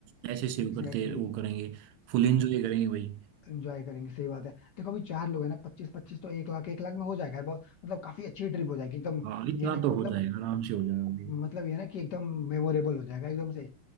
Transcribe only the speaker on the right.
पैसे सेव
करते वो करेंगे फुल एंजॉय करेंगे भाई
हाँ इतना
तो
हो जाएगा आराम से हो जाएगा भाई